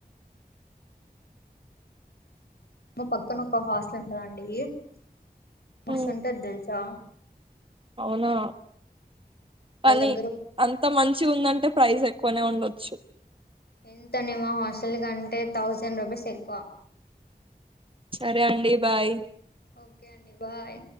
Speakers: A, on the left; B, on the right.
A: మా పక్కన ఒక హాస్టల్ ఉంటదా అండి మస్తుంటదెల్సా
B: హ్మ్ అవునా కానీ
A: వాళ్ళ దగ్గర
B: అంత మంచి ఉందంటే ప్రైజ్ ఎ కొనే ఉండొచ్చు
A: ఎంతండి మా హాస్టల్ కంటే థౌజండ్ రూపీస్ ఎక్కువ
B: సరే అండి బాయ్
A: ఓకే అండి బాయ్